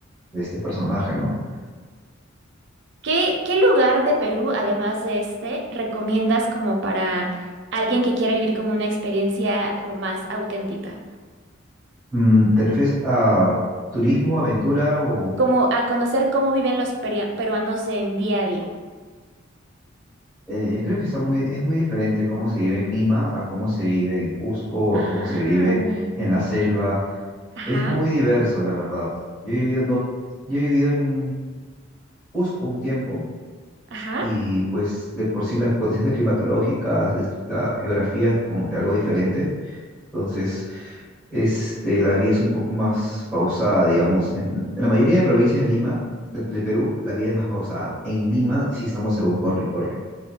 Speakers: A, in the centre; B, on the right.
A: de este personaje, ¿no?
B: ¿Qué, qué lugar de Perú, además de este, recomiendas como para alguien que quiera vivir como una experiencia como más auténtica?
A: Mm, ¿te refieres a turismo, aventura o...?
B: Como a conocer cómo viven los peria- peruanos en día a día.
A: eh, yo creo que está muy, es muy diferente cómo se vive en Lima a cómo se vive en Cusco,
B: Ah,
A: a cómo se vive en la selva.
B: ajá,
A: Es muy diverso, la verdad. Yo he vivido en dos, yo he vivido en Cusco un tiempo
B: ajá,
A: y pues de por sí las condiciones climatológicas, la la geografía es como que algo diferente Entonces, este, la vida es un poco más pausada, digamos. En, en la mayoría de provincias de Lima, de, de Perú, la vida es más pausada. En Lima sí estamos según corre y corre.